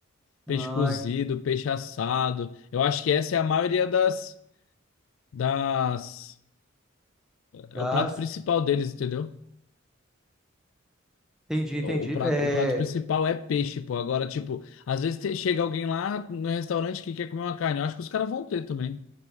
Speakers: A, on the left; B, in the centre.
A: Peixe
B: Ai,
A: cozido, peixe assado. Eu acho que essa é a maioria das, das, é
B: das.
A: o prato principal deles, entendeu?
B: Entendi,
A: O,
B: entendi.
A: o prato,
B: É,
A: o prato principal é peixe, pô. Agora, tipo, às vezes te- chega alguém lá no restaurante que quer comer uma carne. Eu acho que os caras vão ter também.